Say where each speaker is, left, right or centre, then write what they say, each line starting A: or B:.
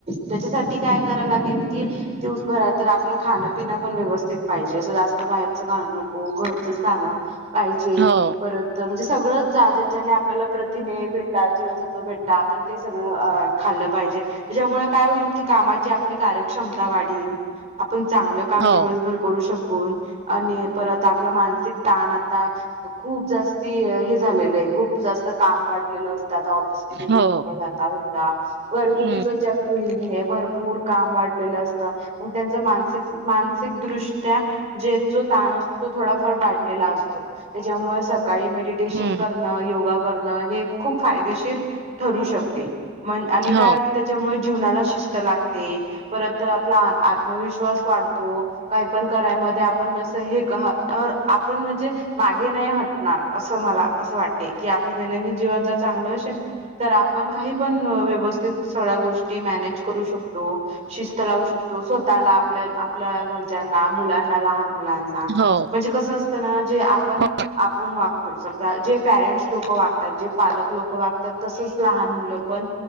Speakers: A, on the right; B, on the right.
A: त्याच्यासाठी काय कराय लागेल की दिवस भरा तर आपलं खानापिना- ण व्यवस्थित पाहिजे अस जास्त बाहेरचं का नको घर <inaudible> पाहिजे
B: हो
A: परत म्हणजे सगळंच ज्याच्याने आपल्याला <inaudible> तिने भेटता जीवनसत्व भेटता आपण ते सगळं अ खाल्लं पाहिजे <inaudible> त्या्च्यामुळे काय होईल की कामाची आपली कार्यक्षमता वाढीन <inaudible> आपण चांगलं काम
B: हो
A: दिवसभर करू शकू <inaudible> आणि परत आपला मानसिक ताण आता खूप जास्ती हे झालेलं आहे खूप जास्त <inaudible> काम वाटलेलं असतात ऑफिसमध्ये जे
B: हो
A: लोक जातात त्या घरगुती
B: हम्म
A: पण <inaudible> भरपूर काम वाढलेलं असत मग त्यांच मानसिक मानसिकदृष्ट्या जे- जो ताण असतो तो थोडाफार वाढलेला असतो त्याच्यामुळे <inaudible> सकाळी मेडिटेशन
B: हम्म
A: करण योगा करणं हे खूप फायदेशीर ठरू शकते <inaudible> मण आणि
B: हो
A: काय होते त्याच्यामुळे जीवनाला शिस्त लागते <inaudible> परत आपला आत्मविश्वास वाढतो काही पण करायमध्ये <inaudible> सही कहा <inaudible> आपण म्हणजे मागे नाही हटणार असं मला असं वाटते की आपले दैनंदिन जीवन जर चांगलं <inaudible> तर आपण काही पण व्यवस्थित <inaudible> सगळ्या गोष्टी मॅनेज करू शकतो शिस्त लावू शकतो <inaudible> तो स्वतःला आपल्या आपल्या घरच्यांना मुलांना लहान <inaudible> म्हणजे
B: हो
A: कस असत ना जे आपण
B: हो
A: आपण वागतो समजा जे पेरेंट लोक <inaudible> वागतात जे पालक लोक वागतात तसच लहान मुलं <inaudible> पण